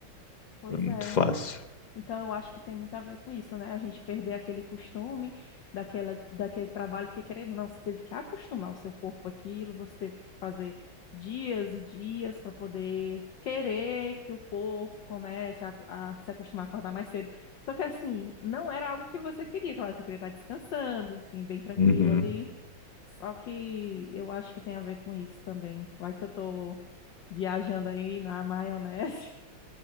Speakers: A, on the left; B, on the left.
A: Pois
B: É muito
A: é.
B: fácil.
A: Então, eu acho que tem muito a ver com isso, né? A gente perder aquele costume, daquela, daquele trabalho que, querendo ou não, você teve que acostumar o seu corpo àquilo, você teve que fazer dias e dias para poder querer que o corpo comece a, a se acostumar a acordar mais cedo. Só que, assim, não era algo que você queria, claro, você queria estar descansando, assim, bem tranquilo
B: Uhum.
A: ali. Só que eu acho que tem a ver com isso também. Vai que eu tô viajando aí na maionese. <laughs>